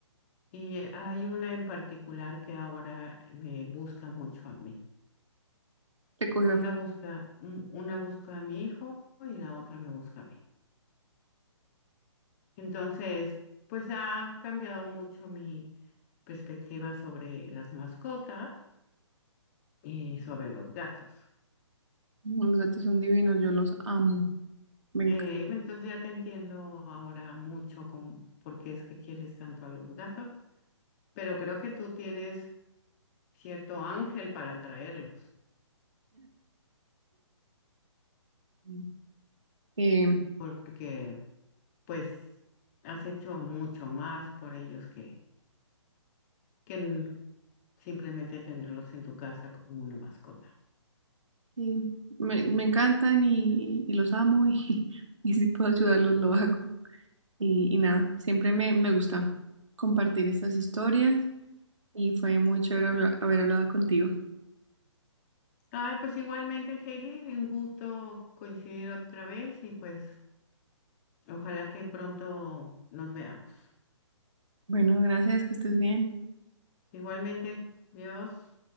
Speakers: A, on the left (about 30°); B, on the right (about 75°).
A: y hay una en particular que ahora me busca mucho a mí.
B: Se cogió.
A: Una busca, un- una busca a mi hijo y la otra me busca a mí. Entonces, pues ha cambiado mucho mi perspectiva sobre las mascotas y sobre los gatos.
B: Los gatos son divinos, yo los amo. Me
A: Eh,
B: encantan.
A: entonces ya te entiendo ahora mucho con por qué es que quieres tanto a los gatos, pero creo que tú tienes cierto ángel para traerlos,
B: <laughs> Eh,
A: porque pues has hecho mucho más por ellos que que n- simplemente tenerlos en tu casa como una mascota.
B: sí, me, me encantan y, y los amo y, <laughs> y si puedo ayudarlos lo hago. Y, y nada, siempre me, me gusta compartir estas historias y fue muy chévere habla- haber hablado contigo.
A: Ay, pues igualmente, Heidi, un gusto coincidir otra vez y pues ojalá que pronto nos veamos.
B: Bueno, gracias, que estés bien.
A: Igualmente, Dios.